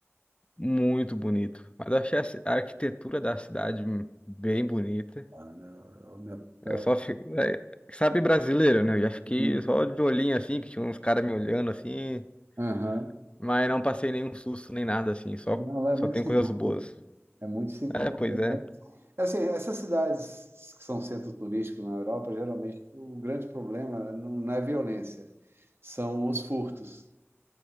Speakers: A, on the left; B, on the right.
A: Muito bonito. Mas eu achei a ci- a arquitetura da cidade bem bonita.
B: Ah, não, eu, minha, eu-
A: Eu só fico. é, sabe brasileiro, né? Eu já fiquei
B: Uhum.
A: só de olhinho assim, que tinha uns caras me olhando assim.
B: Aham.
A: Mas não passei nenhum susto nem nada assim. Só,
B: Não, lá é
A: só
B: muito
A: tem
B: seguro.
A: coisas boas.
B: É muito seguro.
A: É, pois é.
B: Assim, essas cidades que são centro turístico na Europa, geralmente o grande problema não não é violência, são os furtos,